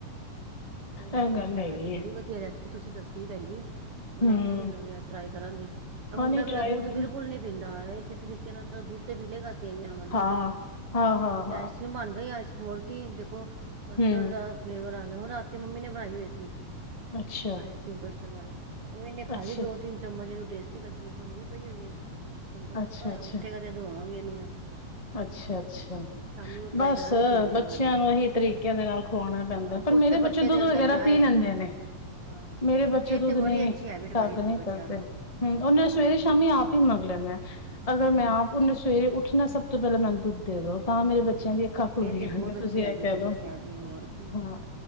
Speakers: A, on the right (about 60°); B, on the left (about 25°).
A: ਕੋਈ ਨੀ
B: ਇਹ
A: ਉਹਨਾ
B: ਗੱਲ
A: ਤੋਂ
B: ਹੈਗੀ
A: ਆਇਆ ਤੇ
B: ਹੈ
A: ਬੜੀ ਵਧੀਆ ਲ। ਰੈਸਪੀ ਤੁਸੀਂ ਦੱਸੀ ਭੈਜੀ। ਬਣਾਵਾਂਗੀ
B: ਹਮ
A: ਮੈਂ ਵੀ ਟਰਾਈ ਕਰਾਂਗੀ ਆ ਮੁੰਡਾ
B: ਹਾਂ ਨਹੀਂ
A: ਮੇਰਾ
B: ਟਰਾਈ
A: ਦੁੱਧ
B: ਕਰ,
A: ਬਿਲਕੁਲ ਨੀ ਪੀਂਦਾ। ਨਾ ਇਸੇ ਤਰੀਕੇ ਨਾਲ ਚਲੋ ਦੁੱਧ ਤੇ ਪਿਲੇਗਾ। ਸੇਵੀਆਂ ਵਾਲੀ
B: ਹਾਂ ਹਾਂ ਹਾਂ ਹਾਂ
A: ਆਈਸ ਕਰ੍ਰੀਮ ਬਣ ਗਈ ਆਈਸ ਹੋਰ ਕੀ ਦੇਖੋ। ਕਸਟਡ
B: ਹਮ
A: ਦਾ ਫਲੇਵਰ ਆ ਹੁਣ ਰਾਤ ਤੇ ਮੰਮੀ ਨੇ ਬਣਾਈ ਹੋਈ ਸੀ
B: ਅੱਛਾ
A: ਆਈਸ ਕਰ੍ਰੀਮ ਕਸਟਡ ਵਾਲੀ। ਉਹ ਇਹਨੇ ਖਾਲੀ
B: ਅੱਛਾ
A: ਦੋ ਤਿੰਨ ਚਮਚ ਇਹਨ ਟੇਸਟੀ ਲੱਗੀ ਹੁਣ ਵੀ ਪਈ ਹੋਈ ਏ। ਹੁਣ ਤਾਂ ਸੁੱਤਾ
B: ਅੱਛਾ ਅੱਛਾ
A: ਉੱਠੇ ਕ ਤੇ ਦਵਾਵਾਂਗੇ। <unintelligible>
B: ਅੱਛਾ ਅੱਛਾ
A: ਸ਼ਾਮੀ ਉਹ ਟਰਾਈ
B: ਬਸ
A: ਕਰਾਂਗੇ ਸੇਵੀਆਂ
B: ਬੱਚਿਆਂ
A: ਵਾਲੀ
B: ਨੂੰ ਅਹੀ ਤਰੀਕੇਆਂ ਦੇ ਨਾਲ ਖੁਵਾਉਣਾ ਪੈਂਦਾ
A: ਹਾਂ
B: ਏ, ਪਰ
A: ਕੁਛ
B: ਮੇਰੇ
A: ਤਾਂ
B: ਬੱਚੇ ਦੁੱਧ
A: ਦੇ ਅੰਦਰ
B: ਵਗੈਰਾ
A: ਜਾਏ
B: ਪੀ ਲੈਂਦੇ
A: ਆ
B: ਨੇ
A: ਹਾਂ
B: ਮੇਰੇ ਬੱਚੇ
A: ਇਹ
B: ਦੁੱਧ
A: ਤਾਂ ਬੜੀ
B: ਨੇ
A: ਅੱਛੀ ਹੈਬਿਟ
B: ਤੰਗ
A: ਪਾਈ ਤੁਸੀਂ
B: ਨਹੀਂ
A: ਬੱਚਿਆਂ
B: ਕਰਦੇ
A: ਨੂੰ
B: ਨੇ ਹਮ ਉਹਨੇ ਸਵੇਰੇ ਸ਼ਾਮ ਆ ਮਗਲੇ ਨੇ
A: ਹਾਂਜੀ
B: ਅਗਰ ਮੈਂ ਆਪ ਉਹਨੇ ਸਵੇਰੇ ਉੱਠ ਣਾ ਸਭ ਤੋਂ ਪਹਿਲਾਂ ਮੈਨੂੰ ਦੁੱਧ ਦੇ ਦੋ। ਤਾਂ ਮੇਰੇ
A: ਹਾਂ
B: ਬੱਚਿਆਂ ਦੀਆਂ ਅੱਖਾਂ ਖੁੱਲਦੀਆਂ
A: ਇਹ ਤਾਂ ਬਹੁਤ
B: ਨੇ
A: ਅੱਛੀ
B: ਤੁਸੀਂ
A: ਹੈਬਿਟ
B: ਇਹ ਕਹਿ
A: ਹੈ
B: ਲਓ
A: ਬੱਚਿਆਂ ਦੀ ਹੋਰ ਕੀ
B: ਹਾਂ।